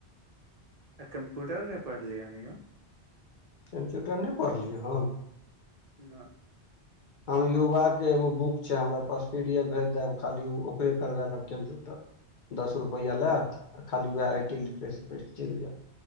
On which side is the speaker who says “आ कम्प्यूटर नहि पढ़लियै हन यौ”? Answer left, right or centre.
Right